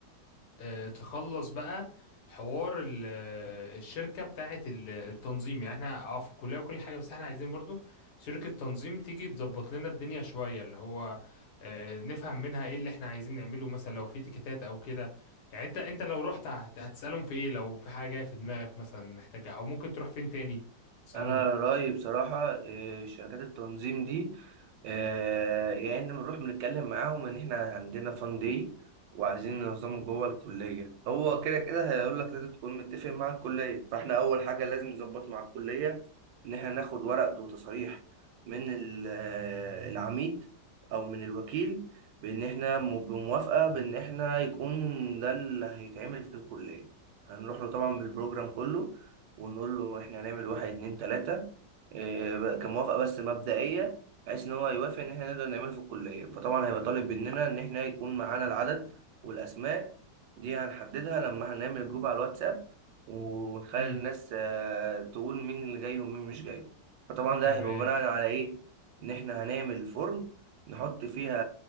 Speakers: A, on the left (about 70°); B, on the right (about 85°).
A: آه، تخلص بقى حوار ال- آه، الشركة بتاعة ال- التنظيم يعني احنا اه في الكلية وكل حاجة بس احنا عايزين برضو شركة تنظيم تيجي تظبط لنا الدنيا شوية اللي هو آه، نفهم منها ايه اللي احنا عايزين نعمله مثلا لو في تيكيتات او كده يعني انت انت لو رحت هت- هتسألهم في ايه لو في حاجة في دماغك مثلا محتاجة او ممكن تروح فين تاني تسألهم
B: انا رايي بصراحه آه، شركات التنظيم دي آه، يا ان بنروح بنتكلم معاهم ان احنا عندنا فان داي وعايزين ننظمه جوه الكليه هو كده كده هيقول لك لازم تكون متفق مع الكليه فاحنا اول حاجه لازم نظبط مع الكليه ان احنا ناخد ورق وتصريح من ال- آه، العميد او من الوكيل بان احنا م- بموافقه بان احنا يكون ده اللي هيتعمل في الكليه هنروح له طبعا بالبروجرام كله ونقول له احنا هنعمل واحد اتنين تلاتة إيه، بقى كموافقة بس مبدئية بحيث ان هو يوافق ان احنا نقدر نعمله في الكلية فطبعا هيبقى طالب مننا ان احنا يكون معانا العدد والاسماء دي هنحددها لما هنعمل جروب على الواتساب ونخلي
A: امم
B: الناس آه، تقول مين اللي جاي ومين مش جاي فطبعا ده
A: تمام
B: هيبقى بناء على ايه ان احنا هنعمل فورم نحط فيها